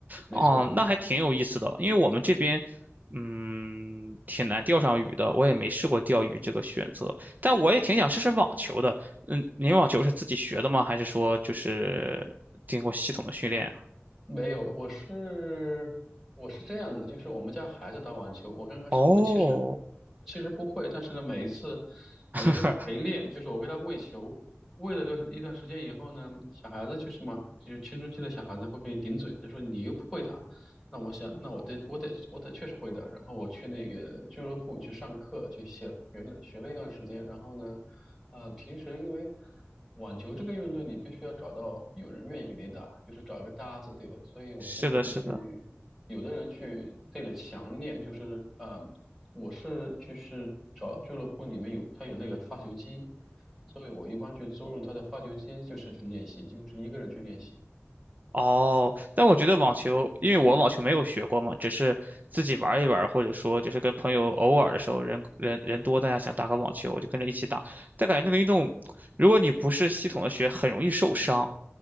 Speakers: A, in the centre; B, on the right.
A: 没错。
B: 哦，那还挺有意思的，因为我们这边嗯挺难钓上鱼的，我也没试过钓鱼这个选择，但我也挺想试试网球的。嗯，您网球是自己学的吗？还是说就是经过系统的训练啊？
A: 没有，我是我是这样子就是我们家孩子打网球，我刚开始我其实
B: 哦，
A: 其实不会，但是呢，每一次
B: <laughs>
A: 我能跟他陪练，就是我给他喂球，喂了段一段时间以后呢，小孩子就是嘛，就是青春期的小孩子会跟你顶嘴，他说你又不会打，那我想，那我得我得我得确实会的。然后我去那个俱乐部去上课，去写了学了学了一段时间。然后呢，呃，平时因为网球这个运动，你必须要找到有人愿意给你打，就是找一个搭子，对吧？所以我基本上去，
B: 是的，是的。
A: 有的人去对着墙练，就是呃，我是就是找俱乐部里面有他有那个发球机，所以我一般去租用他的发球机，就是去练习，就是一个人去练习。
B: 哦，但我觉得网球，因为我网球没有学过嘛，只是自己玩一玩，或者说就是跟朋友偶尔的时候人人人多，大家想打个网球，我就跟着一起打。但感觉那个运动，如果你不是系统的学，很容易受伤。